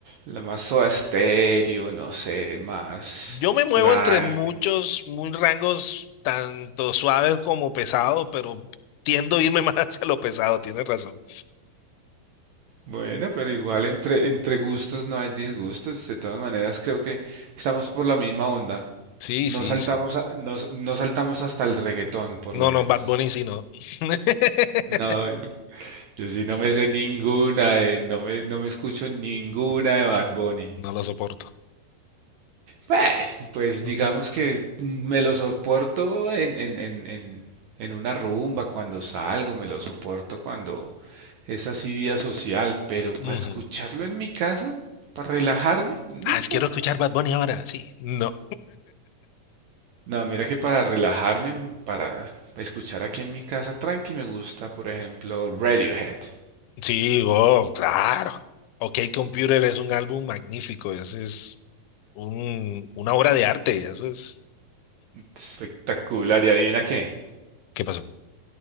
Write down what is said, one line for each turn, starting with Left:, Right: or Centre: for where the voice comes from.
Right: la más soda estéreo, no sé, más
Left: Yo me muevo
Right: tranqui.
Left: entre muchos, muy rangos, tanto suaves como pesados, pero tiendo a irme <laughs> más hacia lo pesado, tienes razón.
Right: Bueno, pero igual entre, entre gustos no hay disgustos. De todas maneras, creo que estamos por la misma onda.
Left: Sí,
Right: No
Left: sí,
Right: saltamos,
Left: sí.
Right: a- no, s- no saltamos hasta el reggaetón, por
Left: No,
Right: lo menos.
Left: no, Bad Bunny sí, no. <laughs>
Right: No. Yo sí no me sé ninguna, eh, no me, no me escucho ninguna de Bad Bunny.
Left: No lo soporto.
Right: Pues, pues
Left: <laughs>
Right: digamos que me lo soporto en, en, en, en, en una rumba, cuando salgo, me lo soporto cuando es así vida social, pero para
Left: Ujú.
Right: escucharlo en mi casa, para relajarme, no.
Left: Ah, es- quiero escuchar Bad Bunny ahora, sí. No.
Right: No, mira que para relajarme, para escuchar aquí en mi casa tranqui, me gusta, por ejemplo, Radiohead.
Left: Sí, oh, claro. OK Computer es un álbum magnífico, ese es un, una obra de arte, eso es.
Right: Espectacular, y adivina qué,
Left: ¿Qué pasó? <gasps>